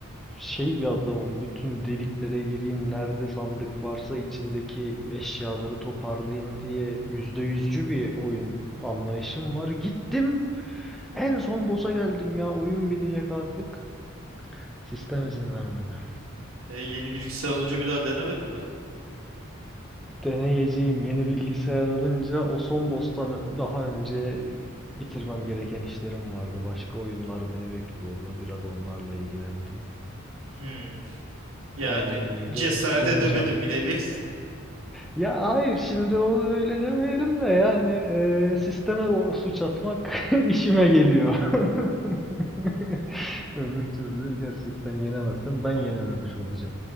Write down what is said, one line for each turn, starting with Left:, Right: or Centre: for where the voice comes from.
Centre: şey bir adamım. Bütün deliklere gireyim, nerede sandık varsa içindeki eşyaları toparlayayım diye yüzde yüzcü bir oyun anlayışım var. Gittim en son boss'a geldim ya oyun bitecek artık. Sistem izin vermedi.
Right: E, yeni bilgisayar alınca bir daha denemedin mi?
Centre: Deneyeceğim yeni bilgisayar alınca o son boss'tan ö- daha önce bitirmem gereken işlerim vardı. Başka oyunlar beni bekliyordu. Biraz onlarla ilgilendim.
Right: Hmm. Yani
Centre: Elden Ring'e
Right: cesaret
Centre: döneceğim.
Right: edemedim bir nevi.
Centre: Ya hayır şimdi o öyle demeyelim de yani e, sisteme o suç atmak <laughs> işime geliyor. <laughs> Öbür türlü gerçekten yenemezsem
Right: <laughs>
Centre: ben yenememiş
Right: Ama,
Centre: olacağım.